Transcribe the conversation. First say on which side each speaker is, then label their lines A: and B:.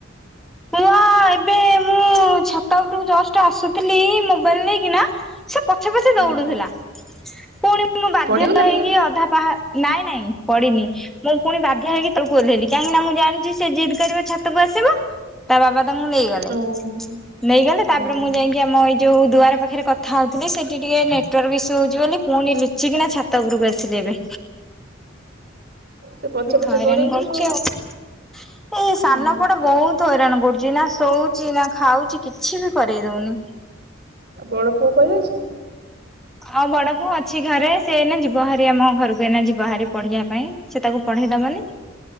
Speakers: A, in the centre; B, on the right.
A: ପୁଅ ଏବେ ମୁଁ ଛାତ ଉପରୁକୁ ଜଷ୍ଟ ଆସୁଥିଲି ମୋବାଇଲ ନେଇକିନା ସେ ପଛେ ପଛେ ଦୌଡୁଥିଲା
B: ହଁ
A: ପୁଣି ମୁଁ ବାଧ୍ୟ
B: ପଡିଗଲା
A: ହେଇକି
B: କି
A: ଅଧା ପାହା ନାଇଁ ନାଇଁ ପଡିିନି। ମୁଁ ପୁଣି ବାଧ୍ୟା ହେଇକି ତଳକୁ ଓହ୍ଲେଇଲି କାହିଁକି ନା ମୁଁ ଜାଣିଛି ସେ ଜିଦ୍ କରିବ ଛାତକୁ ଆସିବ। ତା ବାବା ତାଙ୍କୁ ନେଇଗଲେ
B: ହଁ ହଁ
A: ନେଇଗଲେ ତାପରେ
B: ଓହୋ
A: ମୁଁ ଯାଇକି ଆମ ଇ ଯୋଉ ଦୁଆର ପାଖରେ କଥା ହଉଥିଲି ସେଠି ଟିକେ ନେଟୱାର୍କ ସ୍ୟୁ ହଉଛି ବୋଲି ପୁଣି ଲୁଚିକିନା ଛାତ ଉପରକୁ ଆସିଲି ଏବେ।
B: ସେ ପଛେ ପଛେ
A: ହଇରାଣ
B: ଗୋଡେଇବୁ
A: କରୁଛି
B: ଆଉ
A: ଆଉ ଏଇ
B: ହୁଁ
A: ସାନ ପୁଅ ଟା ବହୁତ ବୁଡୁଛି ନା ଶୋଉଛି ନା ଖାଉଛି କିଛି ବି କରେଇ ଦଉନି।
B: ବଡ ପୁଅ କୁଆଡେ ଯାଇଛି?
A: ଆଉ ବଡ ବୋଉ ଅଛି ଘରେ ସେ ଏଇନା ଯିବ ହାରି ଆମ ଘରକୁ ଏଇ ଯିବା ହାରି ପଢିଆ ପାଇଁ ସେ ତାକୁ ପଢେଇ ଦବନି।